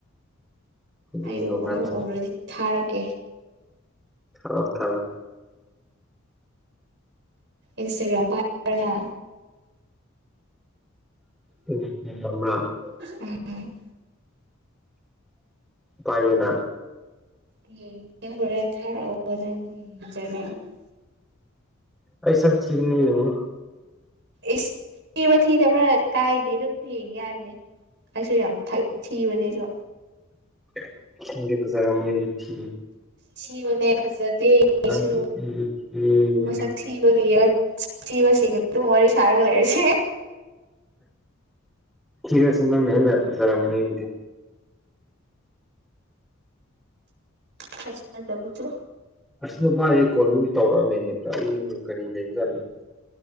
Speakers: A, in the centre; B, on the right.
A: ꯑꯩꯗꯤ
B: ꯑꯩꯨ
A: ꯔꯣꯃꯥꯟꯁ
B: ꯑꯃꯨꯛ ꯎꯔꯗꯤ ꯊꯥꯔꯛꯀꯦ
A: ꯊꯥꯔꯣ ꯊꯥꯔꯣ
B: ꯏꯟꯁꯇꯥꯒ꯭ꯔꯥꯝ ꯄꯥꯏꯔꯅ
A: <unintelligible>
B: ꯎꯝ
A: ꯄꯥꯏꯗꯅ
B: ꯎꯝ <unintelligible>
A: ꯑꯩ ꯁꯛ ꯊꯤꯕꯅꯤ ꯌꯦꯡꯉꯨꯅꯨ
B: ꯏꯁ ꯊꯤꯕ꯭ꯔꯥ ꯊꯤꯗꯕ꯭ꯔꯥ ꯀꯥꯏꯗꯦꯅꯝ ꯌꯦꯡꯒꯦ ꯌꯥ ꯍꯥꯏꯕꯅꯦ ꯑꯩꯁꯨ ꯌꯥꯝ ꯊꯛ ꯊꯤꯕꯅꯦ ꯑꯩꯁꯨ
A: <unintelligible>
B: ꯊꯤꯕꯅꯦ ꯐꯖꯗꯦ
A: <inaudible>
B: ꯑꯩꯁꯨ ꯃꯁꯛ ꯊꯤꯕꯒꯤ ꯊꯤꯕꯁꯤꯡ ꯑꯗꯨꯝ ꯋꯥꯔꯤ ꯁꯥꯔꯒ ꯂꯩꯔꯁꯦ
A: ꯊꯤꯔꯁꯨ <unintelligible>
B: ꯊꯥꯖꯗꯕꯗꯣ
A: ꯑꯁ ꯅꯨꯄꯥꯒꯤ ꯀꯣꯜ ꯇꯧꯔꯛꯑ ꯂꯩ ꯅꯠꯇ꯭ꯔꯥ ꯀꯔꯤ ꯂꯩꯕꯖꯥꯠꯅ